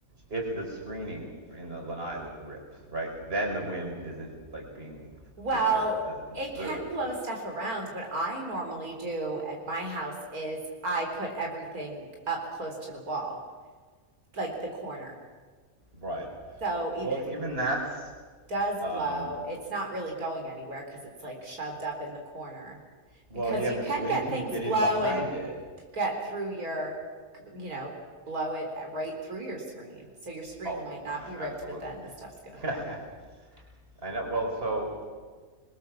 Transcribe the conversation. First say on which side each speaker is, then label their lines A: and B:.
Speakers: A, on the right; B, on the right.
A: if the screening in the lanai rips, right? Then the wind isn't like being
B: Well,
A: disturbed as it comes
B: it
A: through.
B: can blow stuff around. What I normally do at my house is I put everything up close to the wall, like the corner.
A: Right.
B: So even
A: Well,
B: if
A: even
B: it
A: that's,
B: does
A: um,
B: blow, it's not really going anywhere because it's like shoved up in the corner
A: well,
B: because
A: yeah,
B: you
A: but
B: can
A: the wind
B: get
A: can
B: things
A: get
B: blow
A: in behind
B: and
A: it.
B: get through your, you know, blow it right through your screen. So your screen
A: Oh,
B: might not
A: I know,
B: be ripped,
A: absolutely.
B: but then the stuff's
A: <laughs>
B: going to blow
A: I
B: it.
A: know. Well, so